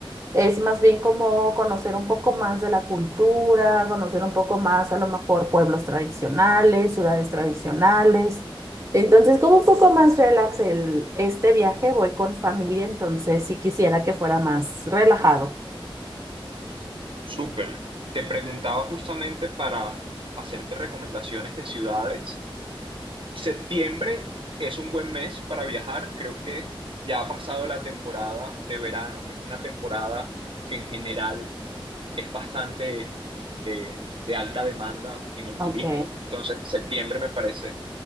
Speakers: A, on the right (about 30°); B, on the right (about 65°).
A: Es más bien como conocer un poco más de la cultura, conocer un poco más a lo mejor pueblos tradicionales, ciudades tradicionales. Entonces, como un poco más relax el, este viaje, voy con familia, entonces sí quisiera que fuera más relajado.
B: Súper. Te preguntaba justamente para hacerte recomendaciones de ciudades. Septiembre es un buen mes para viajar. Creo que ya ha pasado la temporada de verano, que es una temporada que en general es bastante de, de alta demanda en el
A: Ok,
B: turismo, entonces septiembre me parece